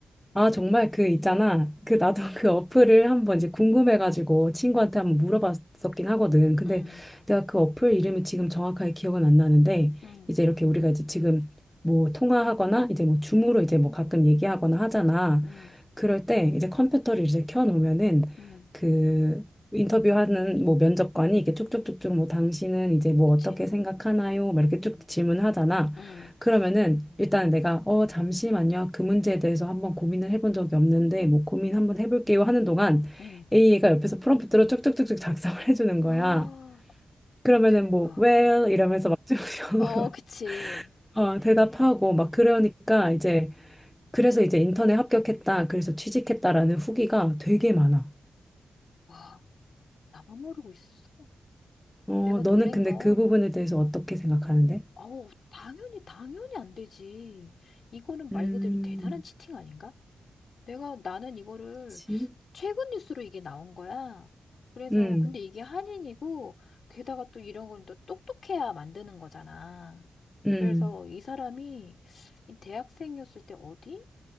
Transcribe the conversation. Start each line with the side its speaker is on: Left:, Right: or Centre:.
Centre: 아, 정말 그 있잖아. 그 나도 <laughs> 그 어플을 한번 이제 궁금해가지고 친구한테
Left: 응,
Centre: 한번 물어봤었긴 하거든. 근데
Left: 응,
Centre: 내가 그 어플 이름이 지금 정확하게 기억은 안 나는데
Left: 응,
Centre: 이제 이렇게 우리가 이제 지금 뭐 통화하거나 이제 뭐 줌으로 이제 뭐 가끔 얘기하거나 하잖아.
Left: 응,
Centre: 그럴 때 이제 컴퓨터를 이제 켜놓으면은
Left: 응.
Centre: 그 인터뷰하는 뭐 면접관이 이렇게 쭉쭉쭉쭉 뭐 당신은 이제 뭐
Left: 그치?
Centre: 어떻게 생각하나요? 막 이렇게 쭉 질문하잖아.
Left: 응,
Centre: 그러면은 일단 내가 어 잠시만요 그 문제에 대해서 한번 고민을 해본 적이 없는데 뭐 고민
Left: 응,
Centre: 한번 해볼게요 하는 동안
Left: 응.
Centre: A가 옆에서 프롬프트로 쭉쭉쭉쭉 작성을 <laughs> 해주는 거야.
Left: 아,
Centre: 그러면은
Left: 대박.
Centre: 뭐 well 이러면서 막중형으로
Left: 어, 그치.
Centre: <laughs> 어 대답하고 막 그러니까 이제 그래서 이제 인턴에 합격했다 그래서 취직했다라는 후기가 되게 많아.
Left: 와, 나만 모르고 있었어.
Centre: 어
Left: 내가 놀란
Centre: 너는 근데
Left: 건,
Centre: 그 부분에 대해서 어떻게 생각하는데?
Left: 아우, 당연히, 당연히 안 되지. 이거는 말
Centre: 음,
Left: 그대로 대단한 치팅 아닌가? 내가 나는 이거를
Centre: 그치?
Left: 최근 뉴스로 이게 나온 거야. 그래서
Centre: 음,
Left: 근데 이게 한인이고 게다가 또 이런 건 또 똑똑해야 만드는 거잖아.
Centre: 음,
Left: 그래서 이 사람이 이 대학생이었을 때 어디?